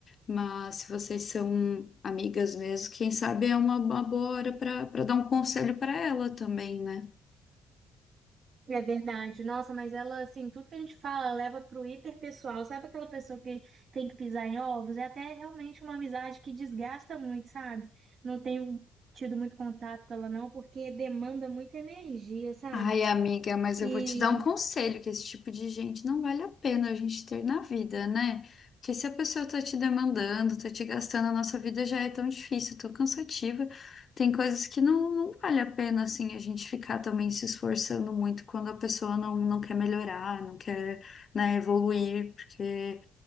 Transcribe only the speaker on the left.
Mas se vocês são amigas mesmo, quem sabe é uma, uma boa hora para dar um conselho para ela também, né?
Ai, amiga, mas
eu vou te dar um conselho, que esse tipo de gente não vale a pena a gente ter na vida, né? Porque se a pessoa tá te demandando, tá te gastando, a nossa vida já é tão difícil, tão cansativa. Tem coisas que não, não vale a pena, assim, a gente ficar também se esforçando muito quando a pessoa não, não quer melhorar, não quer, né, evoluir, porque